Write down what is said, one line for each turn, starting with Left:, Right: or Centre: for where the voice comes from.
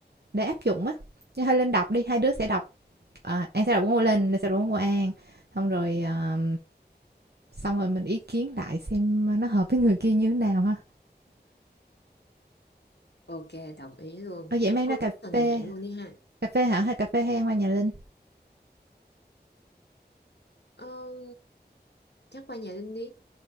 Right: để áp dụng á Cho hơi linh đọc đi hai đứa sẽ đọc à, an sẽ đọc của linh linh sẽ đọc của an xong rồi à, xong rồi mình ý kiến lại xem nó hợp với người kia như thế nào ha
Left: ok đồng ý luôn
Right: ở vậy
Left: chắc
Right: mang
Left: cuối
Right: ra cà
Left: tuần
Right: phê
Left: này hẹn luôn đi ha
Right: cà phê hả hay cà phê hay qua nhà linh
Left: Ờm, chắc qua nhà Linh đi.